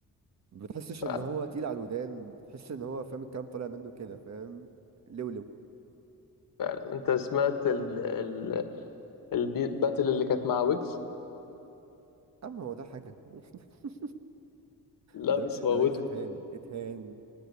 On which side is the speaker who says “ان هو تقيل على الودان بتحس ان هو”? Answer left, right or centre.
Right